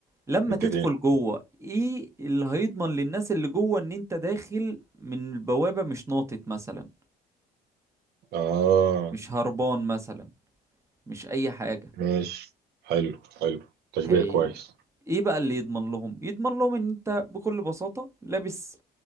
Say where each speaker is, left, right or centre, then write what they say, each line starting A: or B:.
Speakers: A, on the right; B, on the right.
A: لما
B: متفقين
A: تدخل جوه ايه اللي هيضمن للناس اللي جوه ان انت داخل من البوابة مش ناطط مثلا
B: اه
A: مش هربان مثلا مش اي حاجة
B: ماشي حلو حلو تشبيه
A: حي...
B: كويس
A: ايه بقى اللي يضمن لهم يضمن لهم ان انت بكل بساطة لابس